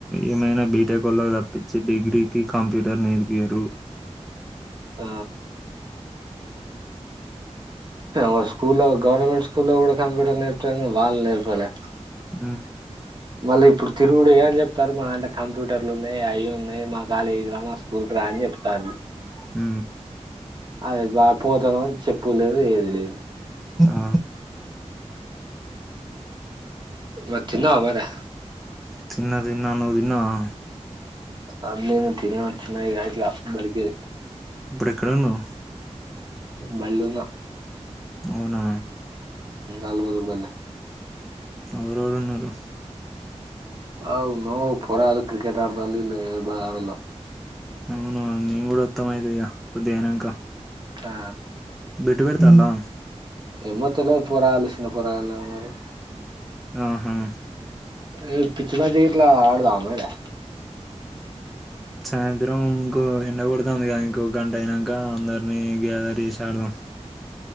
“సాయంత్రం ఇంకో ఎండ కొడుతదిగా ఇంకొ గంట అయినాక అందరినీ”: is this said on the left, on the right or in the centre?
Centre